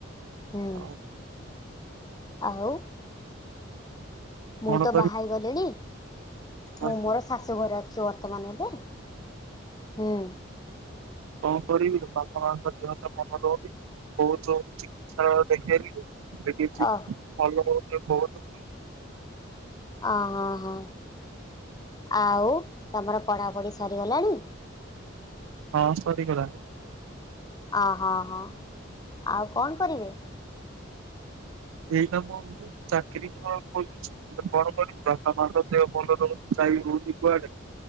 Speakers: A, on the left (about 20°); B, on the right (about 80°).
A: ହୁଁ
B: ଆଉ
A: ଆଉ। ମୁଁ
B: କଣ
A: ତ ବାହା ହେଇ ଗଲିଣି
B: କରିବା?
A: ମୁଁ ମୋର ଶାଶୁ ଘରେ ଅଛି। ସେ ବର୍ତ୍ତମାନ ଏବେ? ହୁଁ।
B: କଉ କରିବି ବାପା ମା ଙ୍କ ଦେହ ତ ଭଲ ରହୁନି। ବହୁତ <unintelligible> ଦେଖେଇଲିନି କିଛି
A: ଓ
B: ଭଲ ହେଉନି।
A: ଓ ହଁ ହଁ ଆଉ ତମର ପଢ଼ାପଢ଼ି ସରିଗଲାଣି?
B: ହଁ ସରିଗଲାଣି।
A: ଅହଁ ହଁ ଆଉ କଣ କରିବେ?
B: ଏଇନା ମୁଁ ଚାକିରୀ କଣ କରୁଛି। କଣ କରିବି ବାପା ମାଙ୍କ ଦେହ ଭଲ ରହୁନି କିଏ କୋଉଠି କୁଆଡେ?